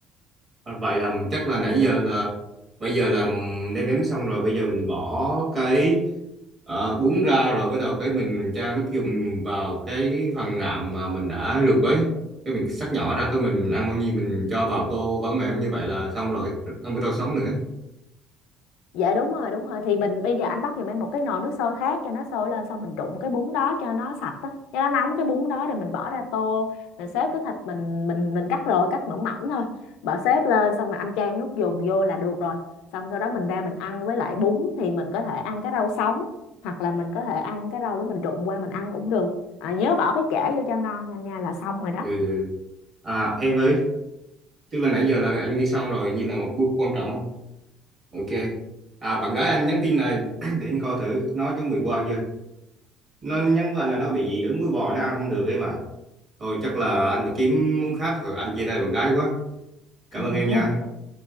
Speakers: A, on the right; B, on the left.
A: À, Vậy là chắc là nãy giờ là bây giờ là nêm nếm xong rồi bây giờ mình bỏ cái ờ, bún ra rồi bắt đầu cái mình cho nước dùng vào cái phần nạm mà mình đã luộc ấy cái mình xắt nhỏ ra cái mình ăn bao nhiêu mình cho vào tô vẫn mềm như vậy là xong rồi không có tô sống nữa
B: dạ đúng rồi đúng rồi thì mình bây giờ anh bắt giùm em một cái nồi nước sôi khác cho nó sôi lên xong mình trụng cái bún đó cho nó sạch á cho nó nóng cái bún đó rồi mình bỏ ra tô mình xếp cái thịt mình mình mình cắt rồi cắt mỏng mỏng thôi bỏ xếp lên xong mà anh chan nước dùng vô là được rồi xong sau đó mình ra mình ăn với lại bún thì mình có thể ăn cái rau sống hoặc là mình có thể ăn cái rau đó mình trụng qua mình ăn cũng được à, nhớ bỏ cái chả vô cho ngon nha anh nha là xong rồi đó
A: ừ. à em ơi tức là nãy giờ là anh ghi xong rồi như là một bước quan trọng không ok à bạn gái anh nhắn tin này <clears throat> để anh coi thử nó chuẩn bị qua chưa nó nhắn với anh là nó bị dị ứng với bò nó ăn không được ấy mà Thôi chắc là anh phải kiếm món khác rồi anh chia tay bạn gái quá. Cảm
B: <laughs>
A: ơn em nha.